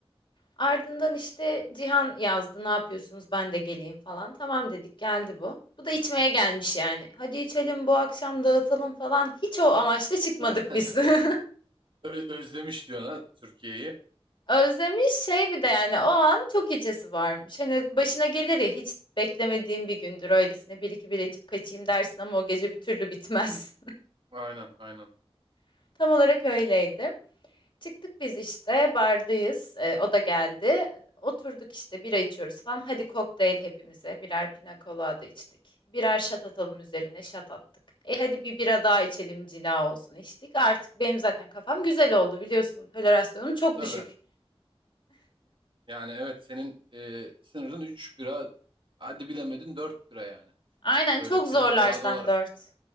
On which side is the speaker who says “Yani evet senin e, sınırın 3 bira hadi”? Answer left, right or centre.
Right